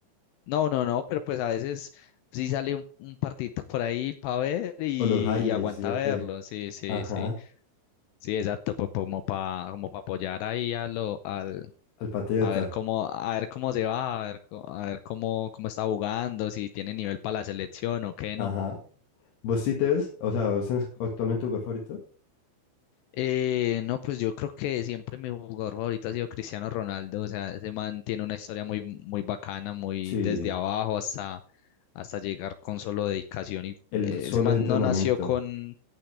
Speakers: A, on the left; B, on the left.
A: No, no, no, pero pues a veces sí sale un, un partidito por ahí para ver y,
B: ¿O los highlights,
A: y aguanta
B: sí o
A: verlo.
B: qué?
A: Sí, sí,
B: Ajá.
A: sí. Sí, exacto, pues como para como pa apoyar ahí a lo, al,
B: Al Patriota.
A: a ver cómo, a ver cómo se va, a ver, co- a ver cómo, cómo está jugando, si tiene nivel para la selección o qué
B: Ajá.
A: no.
B: ¿Vos sí te ves? O sea, ¿vos tenés actualmente tu gol favorito?
A: Eh, no, pues yo creo que siempre mi jugador favorito ha sido Cristiano Ronaldo. O sea, ese man tiene una historia muy, muy bacana, muy
B: Sí.
A: desde abajo hasta, hasta llegar con solo dedicación. Y
B: El
A: eh,
B: solo
A: ese man
B: es entrenamiento.
A: no nació con,